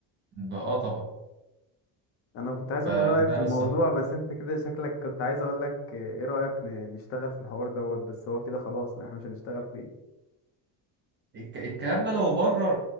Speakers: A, on the right; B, on the left.
A: ده اه طبعا
B: انا كنت عايز
A: فده
B: اخد رايك في الموضوع
A: بالصح
B: بس انت كده شكلك كنت عايز اقول لك ايه رايك ن- نشتغل في الحوار دوت بس هو كده خلاص احنا مش هنشتغل فيه
A: الك- الكلام ده لو بره